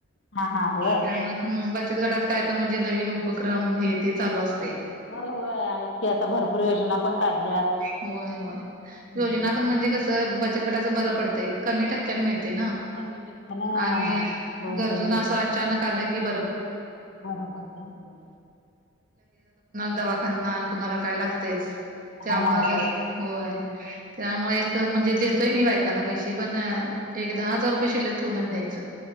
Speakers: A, on the left (about 70°); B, on the right (about 45°).
A: हा हा हा होय
B: त्यामुळे हम बचत गटात काय पण म्हणजे नवीन उपक्रम हे ते चालू असते
A: हो होय आहेती आता भरपूर योजना पण काढल्यात
B: होय होय
A: ह्
B: योजना पण म्हणजे बचत गटाच बरं पडतेय कमी टक्क्याने मिळते ना
A: कमी टक्क्यानं
B: आणि
A: लोन
B: गरजुना
A: तेन मिळतंय
B: असं अचानक आलं क <unintelligible>
A: बरं पडतंय होय.
B: दवाखाना कुणाला काय लागतच
A: काय
B: त्यामुळे
A: लागतंय
B: होय त्यामुळे म्हणजे देतोय मी बायकांना पैसे पण एक दहा हजार रुपये शिल्लक ठेवूनच द्यायचं